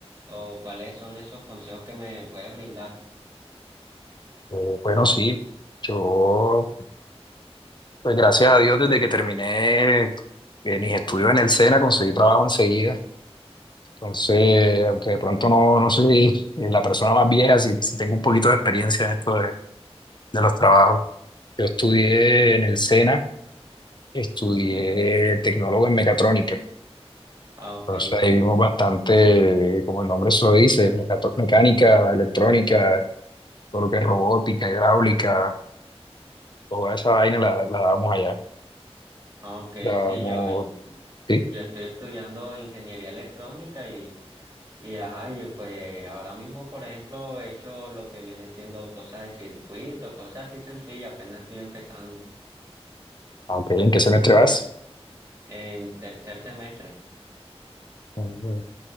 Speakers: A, on the right; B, on the left.
A: o cuáles son esos consejos que me puedes brindar.
B: Eh, bueno, sí, yo, pues gracias a Dios, desde que terminé eh, mis estudios en el SENA, conseguí trabajo enseguida. Entonces, aunque de pronto no, no soy eh, la persona más vieja, sí, sí tengo un poquito de experiencia en esto de, de los trabajos. Yo estudié en el SENA, estudié
A: Ujú.
B: tecnólogo en mecatrónica.
A: Ah, ok.
B: Entonces ahí vimos bastante, como el nombre se lo dice, mecato- mecánica, electrónica, todo lo que es robótica, hidráulica, toda esa vaina la, la damos allá.
A: Ah, ok,
B: La
A: sí,
B: damos,
A: yo,
B: sí.
A: Yo estoy estudiando ingeniería electrónica y, y ajá, y pues ahora mismo, por ejemplo, he hecho lo que viene siendo cosas de circuito, cosas así sencillas, apenas estoy empezando
B: Aunque, ¿en qué semestre vas?
A: en tercer semestre.
B: Mm,